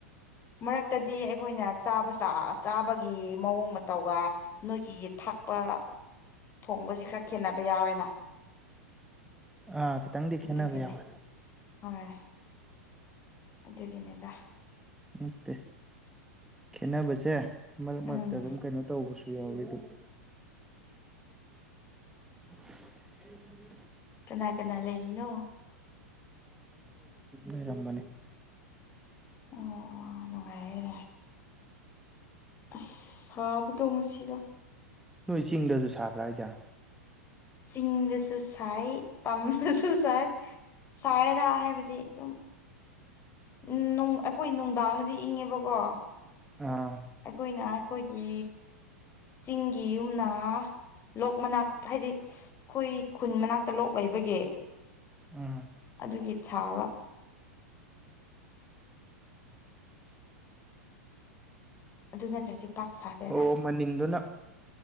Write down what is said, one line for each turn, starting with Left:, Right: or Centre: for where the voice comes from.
Left: ꯃꯔꯛꯇꯗꯤ ꯑꯩꯈꯣꯏꯅ ꯆꯥꯕ ꯑ ꯆꯥꯕꯒꯤ ꯃꯑꯣꯡ ꯃꯇꯧꯒ ꯅꯣꯏꯒꯤ ꯊꯛ ꯄ ꯊꯣꯡꯕꯁꯤ ꯈꯔ ꯈꯦꯠꯅꯕ ꯌꯥꯎꯋꯦꯅ
Centre: ꯑꯥ ꯈꯤꯇꯪꯗꯤ ꯈꯦꯠꯅꯕ
Left: ꯑꯗꯨꯒꯤꯅꯤ
Centre: ꯌꯥꯎꯋꯦ
Left: ꯍꯣꯏ ꯑꯗꯨꯒꯤꯅꯤꯗ
Centre: ꯅꯠꯇꯦ ꯈꯦꯠꯅꯕꯁꯦ ꯃꯔꯛ ꯃꯔꯛꯇ
Left: ꯎꯝ
Centre: ꯑꯗꯨꯝ ꯀꯩꯅꯣ ꯇꯧꯕꯁꯨ ꯌꯥꯎꯋꯦ ꯑꯗꯨꯕꯨ <inaudible>
Left: ꯀꯅꯥ ꯀꯅꯥ ꯂꯩꯔꯤꯅꯣ
Centre: ꯂꯩꯔꯝꯕꯅꯤ
Left: ꯑꯣ ꯅꯨꯡꯉꯥꯏꯔꯦꯅꯦ ꯑꯁ ꯁꯥꯕꯗꯣ ꯉꯁꯤꯗ
Centre: ꯅꯣꯏ ꯆꯤꯡꯗꯁꯨ ꯁꯥꯕ꯭ꯔꯥ ꯍꯥꯏꯖꯦ
Left: ꯆꯤꯡꯗꯁꯨ ꯁꯥꯏ ꯇꯝꯗꯁꯨ ꯁꯥꯏ ꯁꯥꯏꯗ ꯍꯥꯏꯕꯗꯤ ꯗꯨꯝ ꯎꯝ ꯅꯨꯡ ꯑꯩꯈꯣꯏ ꯅꯨꯡꯗꯥꯡꯗꯗꯤ ꯏꯪꯉꯦꯕꯀꯣ
Centre: ꯑꯥ
Left: ꯑꯩꯈꯣꯏꯅ ꯑꯩꯈꯣꯏꯒꯤ ꯆꯤꯡꯒꯤ ꯌꯨꯝꯅꯥ ꯂꯣꯛ ꯃꯅꯥꯛ ꯍꯥꯏꯗꯤ ꯑꯩꯈꯣꯏ ꯈꯨꯟ ꯃꯅꯥꯛꯇ ꯂꯣꯛ ꯂꯩꯕꯒꯤ
Centre: ꯑꯥ
Left: ꯑꯗꯨꯒꯤ ꯁꯥꯕ ꯑꯗꯨ ꯅꯠꯇ꯭ꯔꯗꯤ ꯄꯥꯛ ꯁꯥꯗꯦꯗ
Centre: ꯑꯣ ꯃꯅꯤꯟꯗꯨꯅ